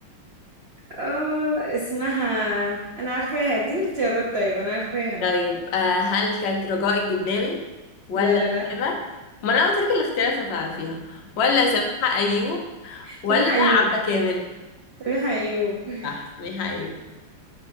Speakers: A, on the right; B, on the left.
A: اه اسمها انا عارفاها اديني اختيارات طيب انا عارفاها
B: طيب آه هل كانت رجاء الجداوي ولا
A: لا لا لا
B: الهبة ما انا قلت لك الاختيارات هتعرفيها ولا سميحة ايوب ولا
A: سامح ايوب
B: عبلة كامل
A: سامح ايوب
B: صح سميحة ايوب